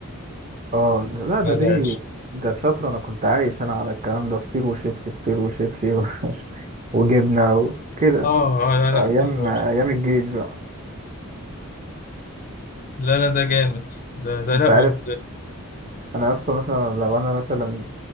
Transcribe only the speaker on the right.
اه لا ده
دي
ده فترة انا كنت عايش انا على الكلام ده فطير وشيبسي فطير وشيبسي و- وجبنة وكده
ايام
ايام الجيش بقى
انت
عارف انا اصلا مثلا لو انا مثلا